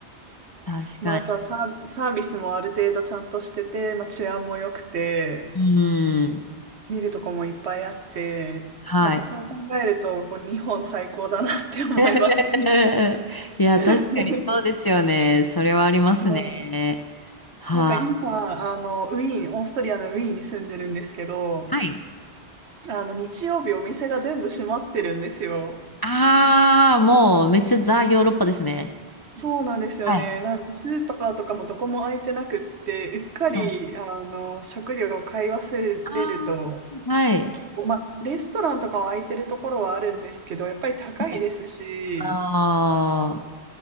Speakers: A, on the left; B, on the right.
A: 確かに。
B: まああとはサー、サービスもある程度ちゃんとしてて、まあ治安も良くて、
A: うん。
B: 見るとこもいっぱいあって、
A: はい。
B: やっぱそう考えると、こう日本最高だなって思います。
A: <laughs> いや、
B: <laughs>
A: 確かにそうですよね。それはありますね。
B: もう、
A: は
B: なんか今、あの、ウィーン、オーストリアのウィーンに住んでるんですけど、
A: い。はい。
B: あの、日曜日お店が全部閉まってるんですよ。
A: ああ、もうめっちゃザ・ヨーロッパですね。
B: そうなんですよね。
A: はい。
B: なんで、スーパーとかもどこも開いてなくって、うっかり、
A: はい。
B: あの、食料を買い忘れると、
A: ああ、はい。
B: 結構、まあ、レストランとかは開いてるところはあるんですけど、やっぱり高いですし、
A: はい。ああ、は